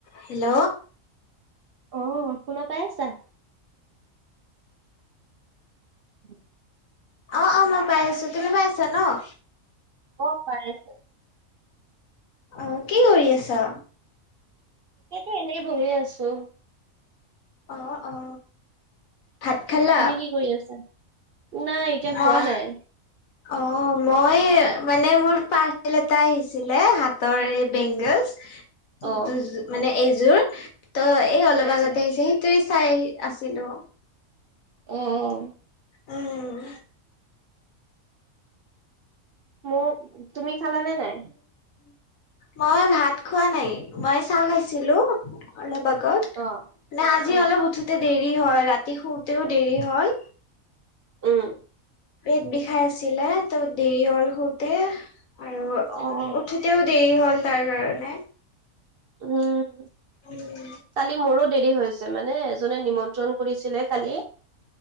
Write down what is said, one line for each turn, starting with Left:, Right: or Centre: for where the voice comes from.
Left: Hello.
Right: অ', শুনা পাই আছা? উম।
Left: অ', অ', মই পাই আছোঁ, তুমি পাই আছা ন'?
Right: অ', পাই আছোঁ।
Left: অ', কি কৰি আছা?
Right: ইয়াটো এনেই বহি আছোঁ।
Left: অ', অ'। ভাত খালা
Right: তুমি কি কৰি আছা? নাই এতিয়া
Left: মই
Right: খোৱা নাই,
Left: অ' মই মানে মোৰ পাৰ্চেল এটা আহিছিলে হাতৰ এই বেংগলছ।
Right: অ',
Left: দুযোৰ মানে এযোৰ, ত' এই অলপ
Right: আচ্ছা,
Left: আগতে আহিছে সেই তেই চাই আহি আছিলোঁ।
Right: অ', অ'।
Left: উম, উম।
Right: মোক, তুমি খালা নে নাই?
Left: মই ভাত খোৱা নাই, মই চাহ খাইছিলোঁ অলপ আগত।
Right: অ',
Left: নাই আজি
Right: অ',
Left: অলপ উঠোতে দেৰি হ'ল, ৰাতি শুতেও দেৰি হ'ল।
Right: উম।
Left: পেট বিষাই আছিলে ত' দেৰি হ'ল শুতে আৰু
Right: অ',
Left: ঠোতেও দেৰি হ'ল তাৰ কাৰণে।
Right: উম।
Left: উম।
Right: কালি মোৰো দেৰি হৈছে মানে এজনে নিমন্ত্ৰণ কৰিছিলে কালি।